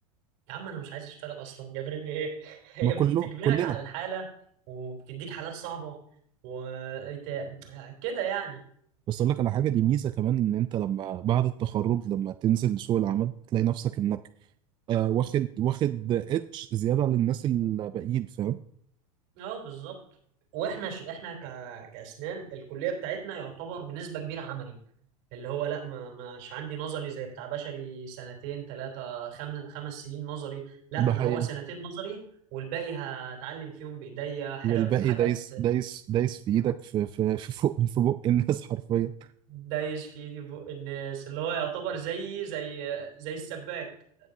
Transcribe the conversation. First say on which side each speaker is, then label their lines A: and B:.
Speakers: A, on the right; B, on the right.
A: يا عم انا مش عايز اشتغل اصلا جبراني ايه <laughs> هي
B: ما كله
A: بتجبرك
B: كلنا
A: على الحالة وبتديك حالات صعبة و إت- آه، كده يعني
B: بس اقول لك على حاجه دي ميزه كمان ان انت لما بعد التخرج لما تنزل سوق العمل تلاقي نفسك انك آه واخد واخد ايدج زياده عن الناس الباقيين فاهم
A: اه بالظبط واحنا ش... احنا ك... كاسنان الكلية بتاعتنا يعتبر بنسبة كبيرة عملي اللي هو لا ما مش عندي نظري زي بتاع بشري سنتين ثلاثة خم... خمس سنين نظري لا
B: ده
A: أنا
B: حقيقه
A: هو سنتين نظري والباقي هتعلم فيهم بإيديا حرف
B: والباقي
A: حاجات
B: دايس دايس دايس في ايدك في في في فوق في بق الناس <laughs> حرفيا
A: دايش في ايدي بق الناس اللي هو يعتبر زيي زي زي السباك